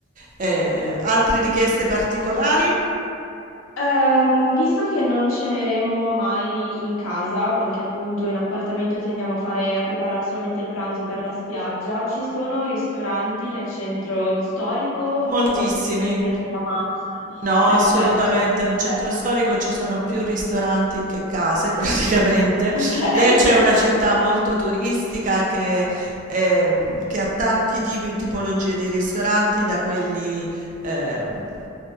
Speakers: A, on the right; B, on the left.
A: eh, altre richieste particolari?
B: Ehm, visto che non ceneremo mai in casa, perché appunto in appartamento tendiamo a fare, a preparare solamente il pranzo per la spiaggia, ci sono ristoranti nel centro storico
A: Moltissimi.
B: o c'è bisogno di prendere la macchina?
A: No,
B: Perfetto.
A: assolutamente.
B: Ok.
A: Nel centro storico ci sono più ristoranti che case <laughs> praticamente.
B: Ok. <laughs>
A: Lecce è una città molto turistica che, ehm, che ha tanti tipi, tipologie di ristoranti, da quelli ehm,